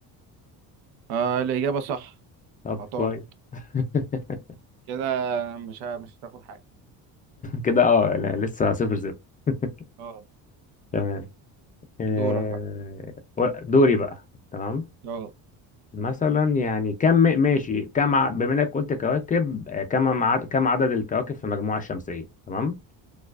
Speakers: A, on the right; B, on the left.
A: آه الإجابة صح
B: طب
A: عطارد
B: كويس <laughs>
A: كده مش ه... مش هتاخد حاجة
B: كده اه لا، لسه صفر صفر <laughs>
A: اه
B: تمام آه،
A: دورك بقى
B: دوري بقى تمام
A: اه
B: مثلا يعني كم ماشي كم ع- بما انك قلت كواكب آه، كم عدد كم عدد الكواكب في المجموعة الشمسية تمام